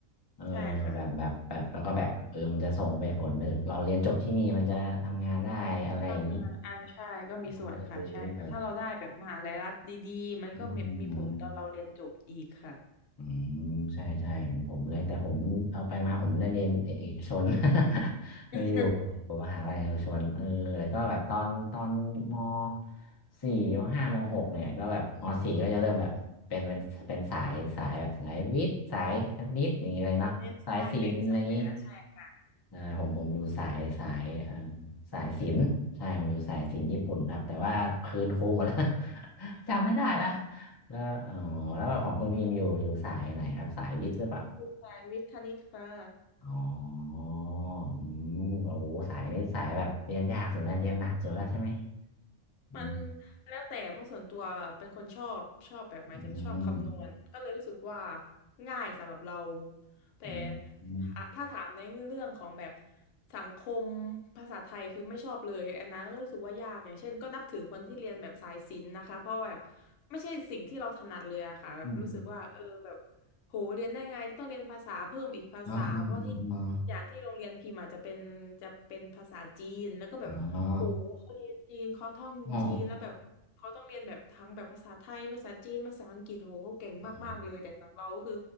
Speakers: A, on the left (about 40°); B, on the left (about 70°).
A: เออ
B: ใช่ค่ะ
A: แบบแบบแบบแล้วก็แบบเออมันจะส่งไปผลไปถึงเราเรียนจบที่นี่มันจะทำงานได้อะไรอย่างนี้
B: อ่าอ่าใช่ก็มีส่วนค่ะใช่ค่ะถ้าเราได้แบบมหาลัยรัฐดีๆมันก็มีมีผลตอนเราเรียนจบอีกค่ะ
A: เขาก็จะดูด้วยอืม อืมใช่ใช่ผมเลยแต่ผมเอาไปมาผมได้เรียนเอกชน <laughs> ไม่อยู่ผมมหาลัยเอกชนเออแล้วก็แบบตอนตอนม
B: <laughs>
A: สี่มห้ามหกเนี่ยก็แบบมสี่ก็จะเริ่มแบบเป็นเป็นเป็นสายสายแบบสายวิทย์สายคณิตอย่างนี้เลยเนาะสายศิลป์อะไรอย่างนี้
B: คณิตใช่แบ่งสายแล้วใช่ค่ะ
A: ใช่ผมผมอยู่สายสายอ่าสายศิลป์ใช่ผมอยู่สายศิลป์ญี่ปุ่นครับแต่ว่าคืนครูหมดแล้ว <laughs> จำไม่ได้ละแล้วอ๋อแล้วแบบของคุณพิมพ์อยู่อยู่สายไหนครับสายวิทย์หรือเปล่า
B: คือสายวิทย์คณิตค่ะ
A: อ๋ออืมโอ้โหสายนี้สายแบบเรียนยากสุดแล้วเรียนหนักสุดแล้วใช่ไหมอืม
B: มันแล้วแต่เพราะส่วนตัวเป็นคนชอบชอบแบบหมายถึงชอบคำนวณก็เลยรู้สึกว่า
A: อืม
B: ง่ายสำหรับเราแต่
A: อืมอืม
B: ถ้าถ้าถามในเรื่องของแบบสังคมภาษาไทยคือไม่ชอบเลยอันนั้นก็รู้สึกว่ายากอย่างเช่นก็นับถือคนที่เรียนแบบสายศิลป์นะคะเพราะแบบไม่ใช่สิ่งที่เราถนัดเลยอะค่ะแบบรู้สึกว่าเออแบบ
A: อืมอืม
B: โหเรียนได้ไงต้องเรียนภาษาเพิ่มอีกภาษาเพราะที่
A: อืมอืมอืมอืม
B: อย่างที่โรงเรียนพิมพ์อาจจะเป็นจะเป็นภาษาจีนแล้วก็แบบโหเขาเรียนจีนเขาท่องจีนแล้วแบบเขาต้องเรียนแบบทั้งแบบภาษาไทยภาษาจีนภาษาอังกฤษโหเขาเก่งมากๆเลยแต่ของเราก็คือ
A: อ๋ออ๋ออ๋ออ๋อ